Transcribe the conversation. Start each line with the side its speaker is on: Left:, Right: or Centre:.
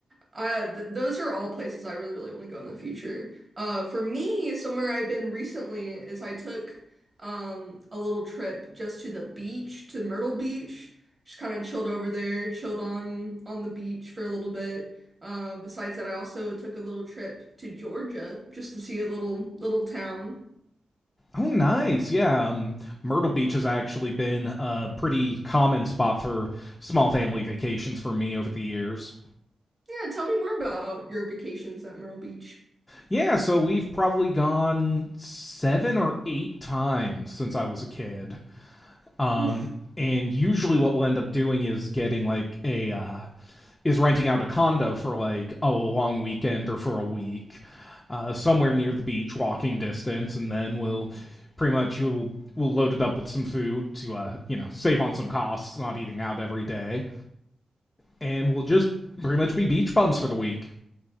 Right: Uh, th those are all places I really, really want to go in the future. Uh, for me, somewhere I've been recently is I took um a little trip just to the beach, to Myrtle Beach. Just kind of chilled over there, chilled on on the beach for a little bit. Uh, besides that, I also took a little trip to Georgia just to see a little little town.
Left: Oh, nice! Yeah, um, Myrtle Beach has actually been a pretty common spot for small family vacations for me over the years.
Right: Yeah, tell me more about your vacations at Myrtle Beach.
Left: Yeah, so we've probably gone seven or eight times since I was a kid. Um,
Right: Oof.
Left: and usually what we'll end up doing is getting like a uh, is renting out a condo for like a long weekend or for a week, uh, somewhere near the beach, walking distance, and then we'll pretty much we'll we'll load it up with some food to uh you know save on some costs, not eating out every day, and we'll just pretty much be beach bums for the week.